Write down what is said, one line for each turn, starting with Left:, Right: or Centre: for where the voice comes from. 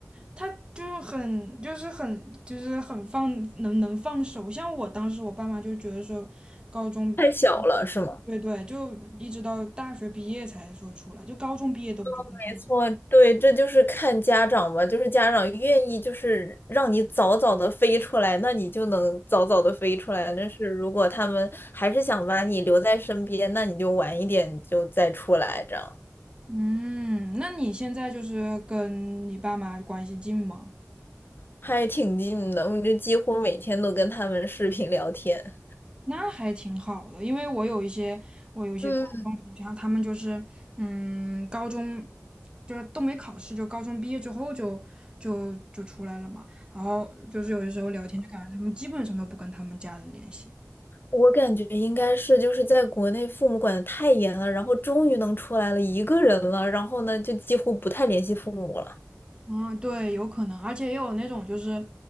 Right: 他就是很就是很就是很放能能放手。像我当时我爸妈就觉得说，高中
Left: 太小了，是吗？
Right: 对对，就一直到大学毕业才说出来，就高中毕业都觉得太小。
Left: 没错，对，这就是看家长嘛，就是家长愿意就是让你早早的飞出来，那你就能早早的飞出来。但是如果他们还是想把你留在身边，那你就晚一点就再出来，这样
Right: 嗯，那你现在就是跟你爸妈关系近吗？
Left: 还挺近的。我就几乎每天都跟他们视频聊天。
Right: 那还挺好的，因为我有一些我有一些高中同学，
Left: 嗯，
Right: 他们就是嗯，高中就是都没考试，就高中毕业之后就就就出来了嘛。然后就是有的时候聊天，就感觉他们基本上都不跟他们家人联系。
Left: 我感觉应该是就是在国内父母管的太严了，然后终于能出来了一个人了，然后呢就几乎不太联系父母了。
Right: 嗯，对，有可能，而且也有那种就是，